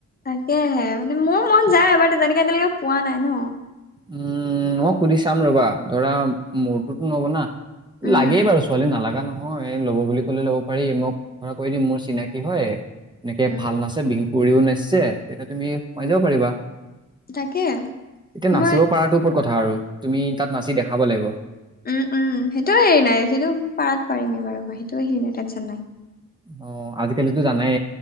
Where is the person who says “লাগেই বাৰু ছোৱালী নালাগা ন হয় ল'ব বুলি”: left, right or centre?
Right